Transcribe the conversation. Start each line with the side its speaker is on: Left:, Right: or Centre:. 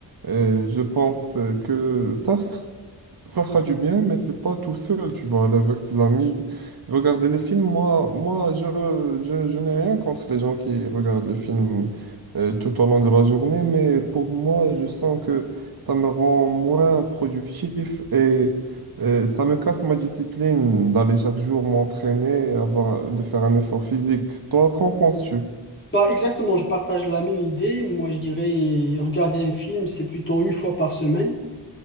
Right: Euh, je pense que ça, ça fera du bien, mais c'est pas tout seul, tu vas aller avec tes amis. Regarder les films, moi, moi je, je, je n'ai rien contre les gens qui regardent les films euh, tout au long de la journée, mais pour moi, je sens que ça me rend moins productif et euh, ça me casse ma discipline d'aller chaque jour m'entraîner, avoir, de faire un effort physique. Toi, qu'en penses-tu?
Left: Bah, exactement, je partage la même idée. Moi, je dirais, regarder un film, c'est plutôt une fois par semaine,